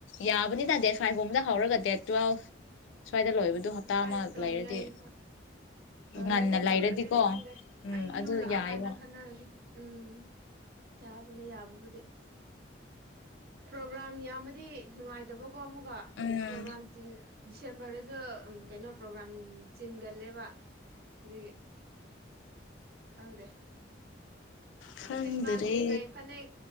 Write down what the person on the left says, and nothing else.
ꯌꯥꯕꯅꯤꯗ ꯗꯦꯠ ꯐꯥꯏꯚ ꯒꯨꯝꯗ ꯍꯧꯔꯒ ꯗꯦꯠ ꯇꯨꯋꯦꯜꯐ ꯁ꯭ꯋꯥꯏꯗ
ꯂꯣꯏꯕꯗꯣ ꯍꯞꯇꯥ
ꯑꯃ
ꯂꯩꯔꯗꯤ
ꯉꯟꯅ ꯂꯩꯔꯗꯤꯀꯣ
ꯎꯝ
ꯑꯗꯨ
ꯌꯥꯏꯕ
ꯎꯝ
ꯈꯪꯗꯔꯦ